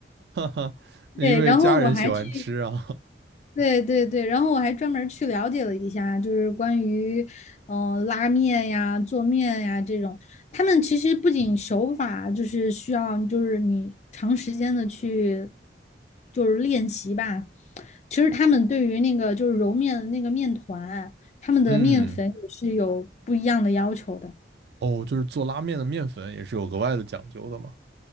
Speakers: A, on the right (about 70°); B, on the left (about 40°).
A: <laughs> 因为家人喜欢吃啊，
B: 对，然后我还去对对对，然后我还专门儿去了解了一下，就是关于嗯、呃拉面呀、做面呀这种，他们其实不仅手法就是需要，就是你长时间的去就是练习吧。其实他们对于那个就是揉面的那个面团，他们的面粉也是有不一样的要求的。
A: 嗯，哦，就是做拉面的面粉也是有额外的讲究的嘛，